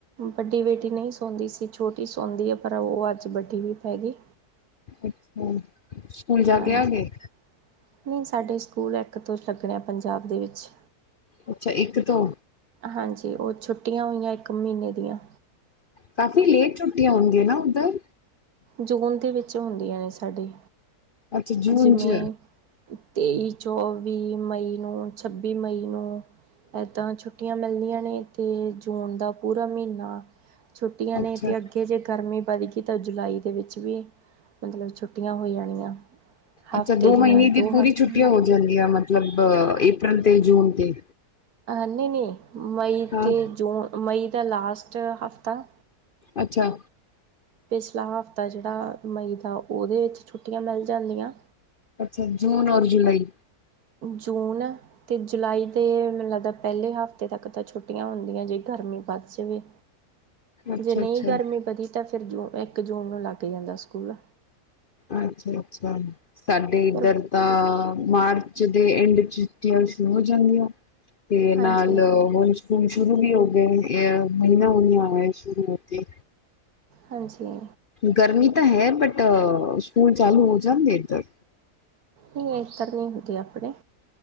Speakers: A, on the right; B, on the left.
A: ਵੱਡੀ ਬੇਟੀ ਨਹੀਂ ਸੌਂਦੀ ਸੀ, ਛੋਟੀ ਸੌਂਦੀ ਹੈ ਪਰ ਉਹ ਅੱਜ ਵੱਡੀ ਵੀ ਪੈ ਗਈ।
B: ਅੱਛਾ ਸਕੂਲ ਜਾ
A: ਹਾਂਜੀ
B: ਕੇ ਆ ਗਏ
A: ਨਹੀਂ ਸਾਡੇ ਸਕੂਲ ਇੱਕ ਤੋਂ ਲੱਗਣੇ ਆ ਪੰਜਾਬ ਦੇ ਵਿੱਚ।
B: ਅੱਛਾ ਇੱਕ ਤੋਂ
A: ਹਾਂਜੀ ਉਹ ਛੁੱਟੀਆਂ ਹੋਈਆਂ ਇੱਕ ਮਹੀਨੇ ਦੀਆਂ
B: ਕਾਫੀ ਲੇਟ ਛੁਟੀਆਂ ਹੁੰਦੀਆਂ ਨਾ ਉੱਧਰ?
A: ਜੂਨ ਦੇ ਵਿੱਚ ਹੁੰਦੀਆਂ ਨੇ ਸਾਡੇ
B: ਅੱਛਾ ਜੂਨ
A: ਜਿਵੇਂ
B: ਚ
A: ਤੇਈ ਚੌਵੀ ਮਈ ਨੂੰ ਛੱਬੀ ਮਈ ਨੂੰ ਇੱਦਾਂ ਛੁੱਟੀਆਂ ਮਿਲਦੀਆਂ ਨੇ ਅਤੇ ਜੂਨ ਦਾ ਪੂਰਾ ਮਹੀਨਾ ਛੁੱਟੀਆਂ
B: ਅੱਛਾ
A: ਨੇ ਤੇ ਅੱਗੇ ਜੇ ਗਰਮੀ ਵਧ ਗਈ ਤਾਂ ਜੁਲਾਈ ਦੇ ਵਿੱਚ ਵੀ ਮਤਲਬ ਛੁੱਟੀਆਂ ਹੋ ਜਾਣੀਆਂ, ਹਫਤੇ
B: ਅੱਛਾ ਦੋ
A: ਦੀਆਂ
B: ਮਹੀਨੇ ਦੀ
A: ਦੋ
B: ਪੂਰੀ
A: ਹਫਤੇ
B: ਛੁੱਟੀਆਂ ਹੋ ਜਾਂਦੀਆਂ ਮਤਲਬ ਇਹਪ੍ਰਲ ਤੇ ਜੂਨ ਤੇ
A: ਨਹੀਂ ਨੀ ਮਈ
B: ਹਾਂ
A: ਤੇ ਜੂਨ ਮਈ ਦਾ ਲਾਸਟ ਹਫ਼ਤਾ
B: ਅੱਛਾ
A: ਪਿਛਲਾ ਹਫ਼ਤਾ ਜਿਹੜਾ ਮਈ ਦਾ, ਉਹਦੇ ਵਿੱਚ ਛੁੱਟੀਆਂ ਮਿਲ ਜਾਂਦੀਆਂ।
B: ਅੱਛਾ ਜੂਨ ਔਰ ਜੁਲਾਈ।
A: ਜੂਨ ਅਤੇ ਜੁਲਾਈ ਤੇ ਮੈਨੂ ਲੱਗਦਾ ਪਹਿਲੇ ਹਫ਼ਤੇ ਤੱਕ ਤਾਂ ਛੁੱਟੀਆਂ ਹੁੰਦੀਆਂ ਜੇ ਗਰਮੀ ਵੱਧ ਜਾਵੇ।
B: ਅੱਛਾ-ਅੱਛਾ,
A: ਜੇ ਨਈ ਗਰਮੀ ਵਧੀ ਤਾਂ, ਫਿਰ ਜੂ ਇੱਕ ਜੂਨ ਨੂੰ ਲੱਗ ਜਾਂਦਾ ਸਕੂਲ।
B: ਅੱਛਾ-ਅੱਛਾ ਸਾਡੇ ਇੱਧਰ
A: ਪਰ
B: ਤਾਂ ਮਾਰਚ ਦੇ ਐਂਡ ਚ ਛੁਟਿਆਂ ਸ਼ੁਰੂ ਹੋ ਜਾਂਦੀਆਂ। ਤੇ ਨਾਲ
A: ਹਾਂਜੀ
B: ਹੁਣ ਸਕੂਲ ਸ਼ੁਰੂ ਵੀ ਹੋਗੇ, ਏ ਮਹੀਨਾ ਹੋਣ ਨੂੰ ਆਯਾ ਸ਼ੁਰੂ ਹੋ ਕੇ।
A: ਹਾਂਜੀ।
B: ਗਰਮੀ ਤਾਂ ਹੈ ਬਟ, ਸਕੂਲ ਚਾਲੂ ਹੋ ਜਾਂਦੇ ਏੱਧਰ।
A: ਨਈ ਇੱਤਰ ਨੀ ਹੁੰਦੀ ਆਪਣੇ।